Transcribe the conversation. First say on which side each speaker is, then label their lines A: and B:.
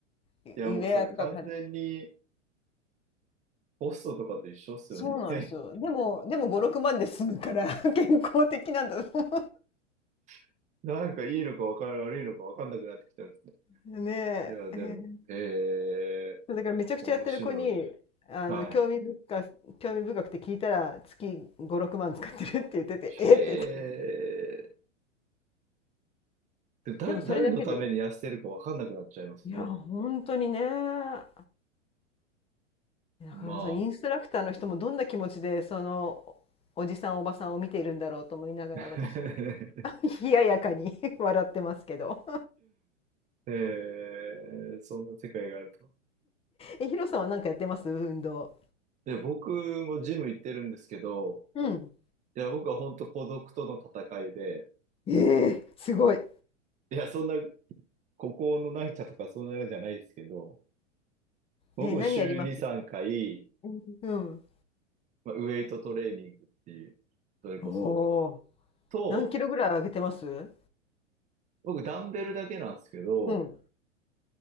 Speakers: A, on the right (about 20°); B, on the left (about 15°).
A: <laughs>
B: ウェアとか買って。
A: いやもうそれ完全にホストとかと一緒っすよね。
B: そうなんですよ。でも、でも5、6万で済むから <laughs> 健康的なんだと思
A: <laughs> なんかいいのか分かる、悪いのか分かんなくなってきたんですね。
B: う。ね
A: いやでも、
B: え。え
A: えー、
B: そうだからめちゃくちゃやってる子に、
A: 面白い。
B: あの、
A: はい。
B: 興味深く、興味深くて聞いたら月5、6万使ってるって言ってて、
A: へえ、
B: <laughs> えって言って。
A: でもだ、
B: でもそれだけで、
A: 誰のために痩せてるかわかんなくなっちゃいますね。
B: いや、本当にね、だ
A: ま
B: からそのインストラクターの人もどんな気持ちで、その、おじさんおばさんを見ているんだろうと思いながら私は
A: あ。
B: <laughs>
A: <laughs>
B: 冷ややかに <laughs> 笑ってますけど
A: へえそんな世界があると。
B: えヒロさんは何かやってます運動
A: いや、僕もジム行ってるんですけど、
B: うん
A: いや、僕は本当孤独との戦いで、
B: ええすごい
A: いや、そんな、孤高の成田とかそんなのじゃないですけど、僕も週2、
B: えー何やります
A: 3回、
B: うん、うん
A: まあ、ウェイトトレーニングっていう、それこそ、
B: おー
A: と、
B: 何キロぐらい上げてます
A: 僕ダンベルだけなんですけど、
B: うん